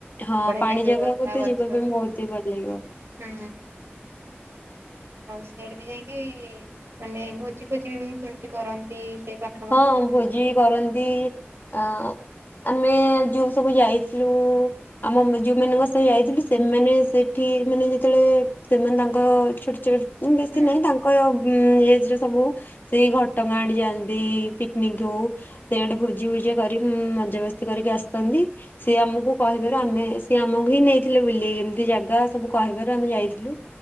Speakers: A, on the left (about 50°); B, on the right (about 85°).
A: ହଁ
B: ବଢିଆ
A: ପାଣି
B: ଲାଗିବ
A: ଜାଗାକୁ
B: ତା
A: ତ
B: ଗଛ
A: ଯିବା ପାଇଁ ବହୁତ ହିଁ ଭଲ ଲାଗିବ।
B: ହୁଁ। ଆଉ ସିଆଡେ ବି ଯାଇଁକି ମାନେ ଭୋଜି ଫୋଜି ବି ମୁଁ ଶୁଣିଛି କରନ୍ତି ସେଇ ପା
A: ହଁ ଭୋଜି ବି କରନ୍ତି ଅଁ ଆମେ ଯୋଉ ସବୁ ଯାଇଥିଲୁ। ଆମେ ଯୋଉମାନଙ୍କ ସାଙ୍ଗ ଯାଇଥିଲି ସେମାନେ ସେଠି ମାନେ ଯେତେବେଳେ ସେମାନେ ତାଙ୍କ ଛୋଟ ଛୋଟ ବେଶୀ
B: ହୁଁ
A: ନାହିଁ ତାଙ୍କ ଏଜ ର ସବୁ ସେଇ ଘଟଗାଁ ଆଡେ ଯାଆନ୍ତି। ଏଇ ପିକନିକ ହୋଉ ସେଇ ଆଡେ ଭୋଜି ଫୋଜି ଆ କରି ଉମ୍ ମଜାମସ୍ତି କରିକି ଆସିଥାନ୍ତି ସିଏ ଆମକୁ କହିବାରୁ ଆମେ ସିଏ ଆମକୁ ହିଁ ନେଇଥିଲେ ବୁଲି ଏମିତି ଜାଗା ସବୁ କହିବାରୁ ଆମେ ଯାଇଥିଲୁ।